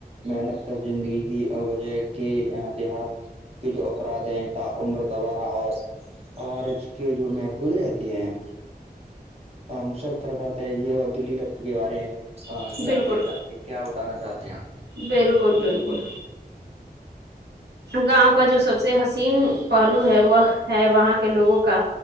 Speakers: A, on the right; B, on the right.
A: محنت زندگی کی وجہ کے دیہات کچ افراد ہیں ت عمر توبانا اور اورار ایچ کے جو محفوظ رہتے ہیں مسرفات ہے یہ دلی ربت کے وارے ہیں ہ
B: ہے
A: کیا
B: بالکل
A: کہ کیا بتانا چاہتے ہیں آپ
B: بالکل بالکل گاؤں کا جو سب سے حسین پہلو ہے وہ ہے وہاں کے لوگوں کا